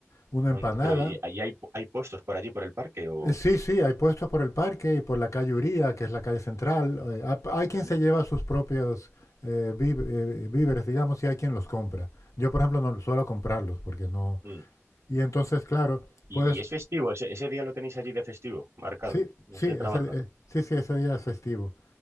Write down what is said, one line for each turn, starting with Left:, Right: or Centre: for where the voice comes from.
Left: una
Right: Anda.
Left: empanada.
Right: Pero ¿y, ahí hay, hay puestos por allí, por el parque? o
Left: Eh, Sí, sí, hay puestos por el parque y por la calle Uría, que es la calle central. eh, ha- hay quien
Right: ¿Mm?
Left: se lleva sus propios eh, vi- eh, víveres, digamos, y hay quien los compra. Yo, por ejemplo, no suelo comprarlos porque no...
Right: ¿Mm?
Left: Y entonces, claro,
Right: ¿Y,
Left: pues
Right: y es festivo? ¿Ese, ese día lo tenéis allí de festivo, marcado?
Left: sí,
Right: No
Left: sí,
Right: se trabaja.
Left: ese, eh, sí, sí, ese día es festivo.